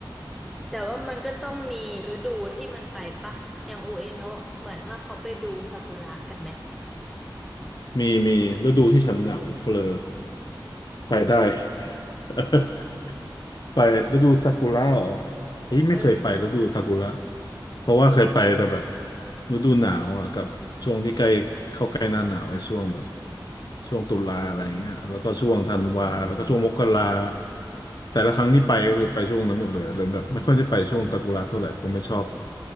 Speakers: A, in the centre; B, on the left.
A: แต่ว่ามันก็ต้องมีฤดูที่มันไปปะอย่างอูเอโนะเหมือนว่าเขาไปดูซากุระกันไหม
B: มีมีฤดูที่ฉันเหงาเฟลอไปได้ <laughs> ไปฤดูซากุระเหรอเฮ้ยไม่เคยไปฤดูซากุระ
A: เออ
B: เพราะว่าเคยไปแต่แบบฤดูหนาวอ่ะกับช่วงที่ใกล้เข้าใกล้หน้าหนาวไอ้ช่วงแบบช่วงตุลาอะไรอย่างเงี้ยแล้วก็ช่วงธันวาแล้วก็ช่วงมกรา
A: อืม
B: แต่ละครั้งที่ไปก็คือไปช่วงนั้นหมดเลยเลยแบบไม่ค่อยได้ไปช่วงซากุระเท่าไหร่ผมไม่ชอบ